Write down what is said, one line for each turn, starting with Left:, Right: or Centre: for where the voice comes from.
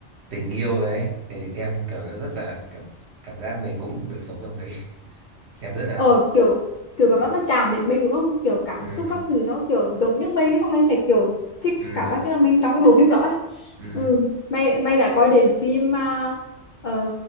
Right: tình yêu đấy. Thì xem kiểu nó rất là kiểu cảm giác mình cũng được sống trong đấy. <laughs> Xem rất là
Left: ờ kiểu kiểu cảm
Right: ừ,
Left: giác nó chạm đến mình đúng không kiểu cảm
Right: ừ,
Left: xúc các thứ nó kiểu giống như mình xong mình sẽ kiểu thích
Right: ừ,
Left: cảm giác như là mình trong cái bộ phim đó ấy.
Right: ừ.
Left: ừ mày mày đã coi đến phim à, ờ,